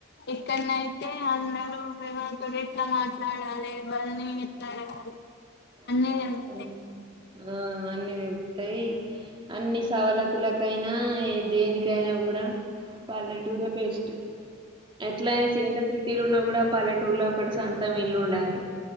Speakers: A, on the left; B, on the right.
A: ఎక్కడనయితే అందరూ ఎవరితో ఎట్లా మాట్లాడాలి వాళ్ళని ఎట్లా అడగాలి
B: డోర్ సౌండ్
A: అన్నీ తెలుస్తాయి
B: ఉమ్ ఆ అన్ని తెలుత్తాయి అన్ని సవలతులకైనా దేనికైనా కూడా పల్లెటూరే బెస్ట్ ఎట్లా అయినా ఎంత సిటీలో ఉన్నా కూడా పల్లెటూర్లో ఒకటి శాం తం ఇల్లు ఉండాలి